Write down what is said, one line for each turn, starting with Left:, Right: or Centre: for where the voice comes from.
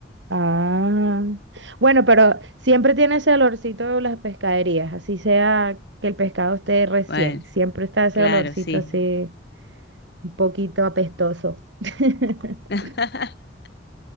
Right: Ah, bueno, pero siempre tiene ese olorcito de las pescaderías, así sea que el pescado esté recién,
Left: Bueno,
Right: siempre está ese
Left: claro,
Right: olorcito
Left: sí.
Right: así un poquito apestoso. <laughs>
Left: <laughs>